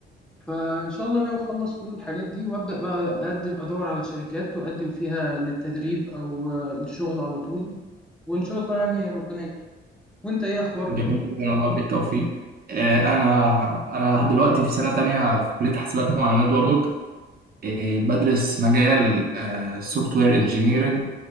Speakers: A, in the centre; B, on the right.
A: فان شاء الله ناوي اخلص كل الحاجات دي وابدا بقى اقدم ادور على شركات واقدم فيها للتدريب او للشغل على طول وان شاء الله يعني ربنا يكرم وانت ايه اخبارك
B: جميل
A: كده
B: جدا والله بالتوفيق آه، أنا أنا دلوقتي في سنة تانية في كلية حاسبات ومعلومات برضك آه، بدرس مجال سوفت وير انجينيرنج